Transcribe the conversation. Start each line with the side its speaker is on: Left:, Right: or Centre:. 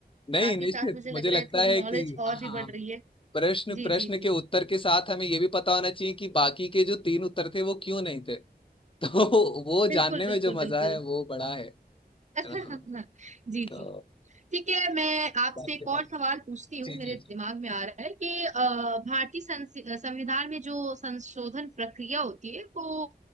Left: नहीं
Right: साथ
Left: निश्चित
Right: ही साथ मुझे
Left: मुझे
Right: लग रहा
Left: लगता
Right: है थोड़ी
Left: है
Right: नॉलेज
Left: कि हाँ
Right: और भी बढ़ रही है
Left: प्रश्न
Right: जी
Left: प्रश्न
Right: जी जी
Left: के
Right: जी
Left: उत्तर के साथ हमें ये भी पता होना चाहिए कि बाकी के जो तीन उत्तर थे वो क्यों नहीं थे <laughs> तो वो
Right: बिल्कुल
Left: जानने
Right: बिल्कुल
Left: में जो मजा
Right: बिल्कुल
Left: है वो बड़ा है है
Right: <laughs>
Left: ना
Right: जी
Left: तो
Right: जी ठीक है मैं आपसे
Left: जानने
Right: एक और
Left: वाले-
Right: सवाल पूछती हूँ
Left: जी
Right: मेरे
Left: जी जी
Right: दिमाग में आ रहा है कि अ, भारतीय संस- संविधान में जो संशोधन प्रक्रिया होती है वो